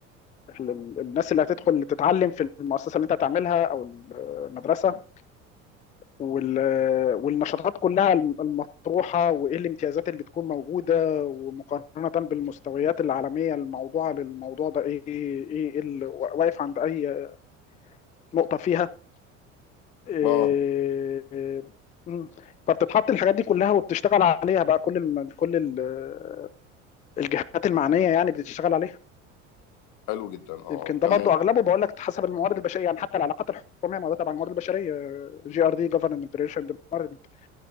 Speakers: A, on the left; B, on the left.
A: لل- للناس اللي هتدخل تتعلم في المؤسسه اللي انت هتعملها او المدرسه وال- والنشاطات كلها الم- المطروحه وايه الامتيازات اللي بتكون موجوده ومقارنه بالمستويات العالميه الموضوعه للموضوع ده ايه ايه إيه اللي واقف عند اي نقطه فيها إيه،
B: اه
A: مم. فبتتحط الحاجات دي كلها وبتشتغل عليها بقى كل الم... كل ال- آه، الجهات المعنيه يعني بتشتغل عليها
B: حلو جدا اه
A: يمكن ده
B: تمام
A: برضو اغلبه بقول لك حسب الموارد البشريه يعني حتى العلاقات الحكوميه ما هو ده تبع الموارد البشريه جي ار دي جفرمنت ريليشن ديبارتمنت